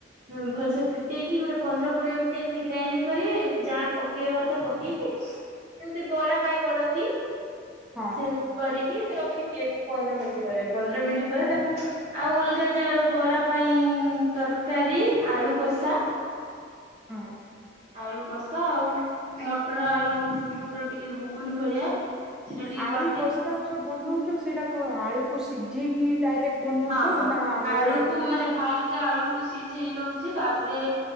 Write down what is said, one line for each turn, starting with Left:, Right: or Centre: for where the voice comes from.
Right: ହଁ ଭଲ ସେ ଫିଟେଇକି ଗୋଟେ ପନ୍ଦର କୋଡିଏ ମିନିଟ ଗ୍ରାଇଣ୍ଡିଙ୍ଗ କରି ଯାହା ପକେଇବା କଥା ପକେଇକି ଜେମତି ବରା ପାଇଁ କରନ୍ତି,
Centre: ହଁ
Right: ସେମ କରିକି ରଖିଦିଏ ପନ୍ଦର ମିନିଟ୍ ଘରେ ପନ୍ଦର ମିନିଟ୍ ପରେ ତାକୁ ଆଉ ଅଲ୍‌ଗା ଜାର ବରା ପାଇଁ ତରକାରୀ ଆଳୁ କଷା
Centre: ହଁ।
Right: ଆଳୁ କଷା ଆଉ ମଟର ଆଳୁର ଟିକେ ଘୁଗୁନି ଭଳିଆ ସେଟା ଟିକେ
Centre: ଆଳୁ
Right: କରିଦିଏ
Centre: କଷା ଯୋଉ ବନଉଛ ସେଇଟା କଣ ଆଳୁକୁ ସିଝିକି ଡାଇରେକ୍ଟ? ବନଉଛ
Right: ହଁ ଅଁ
Centre: ନା ଆଳୁ
Right: ଆଳୁକୁ ମାନେ ଫାଷ୍ଟରେ ଆଳୁକୁ ସିଝେଇ ଦଉଛି ତାପରେ